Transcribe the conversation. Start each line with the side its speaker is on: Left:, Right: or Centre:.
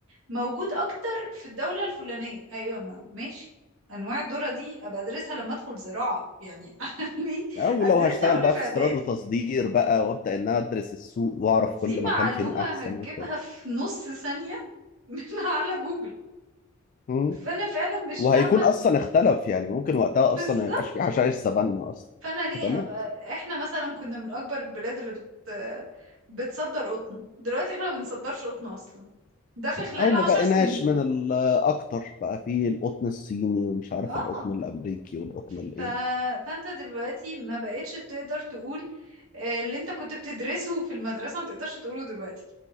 Right: موجود أكتر في الدولة الفلانية أيوة ما ماشي أنواع الذرة دي أبقى أدرسها لما أدخل زراعة يعني <laughs> أنا ليه
Left: او
Right: أدرسها
Left: لو هشتغل
Right: وأنا
Left: بقى
Right: في
Left: في
Right: إعدادي
Left: استيراد وتصدير بقى وابدا ان انا ادرس السوق واعرف
Right: دي
Left: كل مكان
Right: معلومة
Left: فين احسن
Right: هتجيبها
Left: وكده
Right: في نص ثانية من <laughs> على جوجل
Left: مم.
Right: فأنا فعلا مش
Left: وهيكون
Right: فاهمة
Left: اصلا اختلف يعني ممكن وقتها
Right: بالظبط
Left: اصلا ما يبقاش في حشائش سافانا اصلا
Right: فانا ليه
Left: فتمام
Right: ابقى احنا مثلا كنا من اكبر البلاد اللي بت... بتصدر قطن دلوقتي احنا ما بنصدرش قطن اصلا ده في خلال
Left: او ما
Right: عشر
Left: بقيناش
Right: سنين
Left: من الاكتر بقى في القطن الصيني ومش عارف
Right: اه
Left: القطن الامريكي والقطن
Right: ف...
Left: الايه
Right: فانت دلوقتي ما بقتش تقدر تقول آه، اللي انت كنت بتدرسه في المدرسة ما تقدرش تقوله دلوقتي